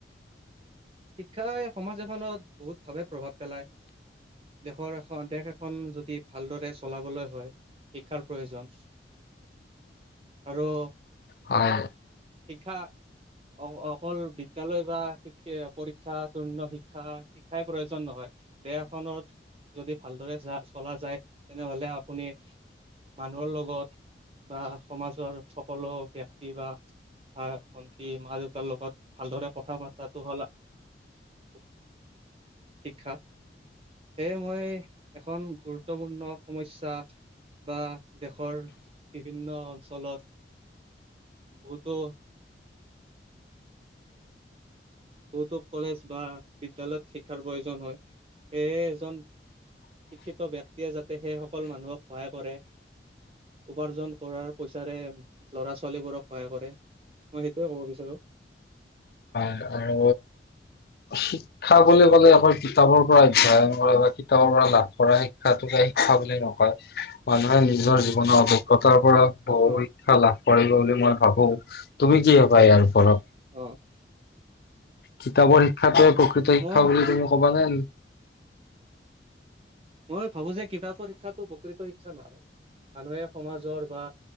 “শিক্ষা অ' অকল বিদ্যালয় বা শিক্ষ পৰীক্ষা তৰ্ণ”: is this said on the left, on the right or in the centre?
Right